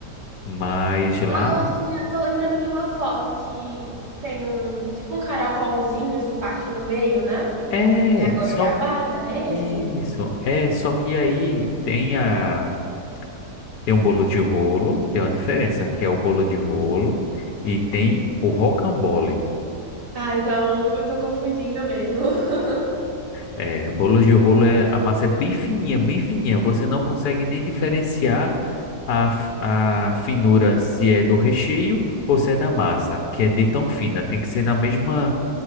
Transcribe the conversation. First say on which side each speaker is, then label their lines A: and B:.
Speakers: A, on the left (about 70°); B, on the right (about 70°).
A: Mas lá
B: Ah, eu acho que eu já tô lembrando de uma foto que tem um tipo um caracolzinho se parte no meio, né?
A: é
B: Da goiabada,
A: só
B: é
A: isso,
B: esse?
A: é só que aí tem a tem um bolo de rolo, tem uma diferença, que é o bolo de rolo e tem o rocambole.
B: Ah, então eu tô confundindo mesmo. <laughs>
A: É, bolo de rolo é a massa é bem fininha, bem fininha, você não consegue nem diferenciar a, f- a finura se é do recheio ou se é da massa, que é de tão fina, tem que ser na mesma,